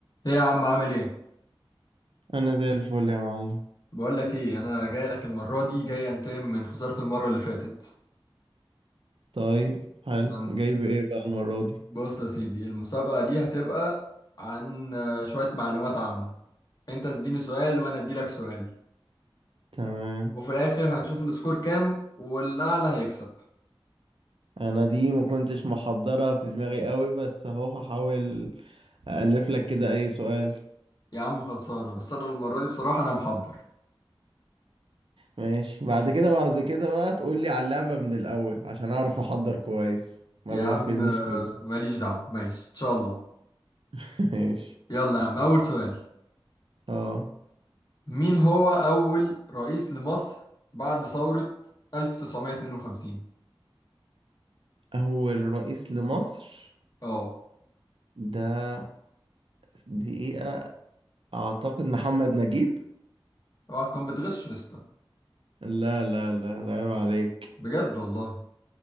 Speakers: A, on the left (about 45°); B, on the right (about 70°).
A: ايه يا عم عامل ايه
B: انا زي الفل يا معلم
A: بقول لك ايه انا جاي لك المره دي جاي انتقم من خساره المره اللي فاتت
B: طيب حلو
A: عن
B: جايب ايه بقى المرة دي
A: بص يا سيدي المسابقه دي هتبقى عن آه، شويه معلومات عامه انت تديني سؤال وانا ادي لك سؤال
B: تمام
A: وفي الاخر هنشوف السكور كام والاعلى هيكسب
B: انا دي ما كنتش محضرة في دماغي قوي بس اهو هحاول أألف لك كده اي سؤال
A: يا عم خلصانه بس انا المره دي بصراحه انا محضر
B: ماشي بعد كده بعد كده بقى تقول لي على اللعبة من الاول عشان اعرف احضر كويس ما
A: يا
B: تغفلنيش
A: عم آه،
B: كده
A: ماليش دعوه ماشي ان شاء الله
B: <laughs> ماشي
A: يلا يا عم اول سؤال
B: اه
A: مين هو اول رئيس لمصر بعد ثوره 1952
B: اول رئيس لمصر
A: اه
B: ده دقيقة اعتقد محمد نجيب
A: اوعى تكون بتغش يا اسطى
B: لا لا لا لا، عيب عليك
A: بجد والله